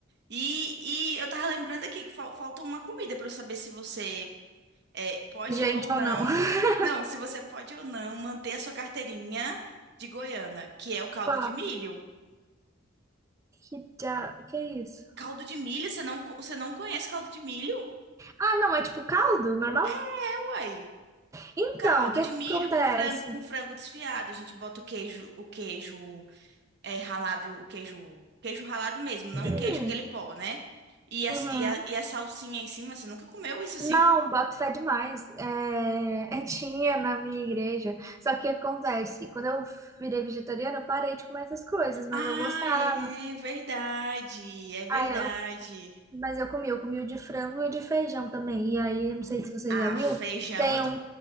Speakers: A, on the right; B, on the right.
A: E, e eu tava lembrando aqui que fal- falta uma comida pra eu saber se você é, pode
B: gente
A: ou não.
B: ou não. <laughs>
A: Não, se você pode ou não manter a sua carteirinha de Goiânia, que é o caldo
B: Qual?
A: de milho.
B: Que, dia- que é isso?
A: Caldo de milho? Você não, co- você não conhece caldo de milho?
B: Ah, não, é tipo caldo, normal?
A: É, uai.
B: Então,
A: O caldo
B: o que
A: de
B: que
A: milho
B: acontece?
A: com frango, com frango desfiado. A gente bota o queijo, o queijo é, ralado, o queijo, queijo ralado mesmo, não
B: Hum,
A: o queijo aquele pó, né? E a,
B: uhum.
A: e a, e a salsinha em cima, você nunca comeu isso assim?
B: Não, boto fé demais. É, <laughs> tinha na minha igreja. Só que acontece, quando eu virei vegetariana, eu parei de comer essas coisas, mas
A: Ah,
B: eu gostava.
A: é verdade, é verdade.
B: Ah, eu, mas eu comi, eu comi o de frango e o de feijão também. E aí, não sei se você
A: Ah,
B: já viu,
A: feijão
B: tem
A: eu tô,
B: um,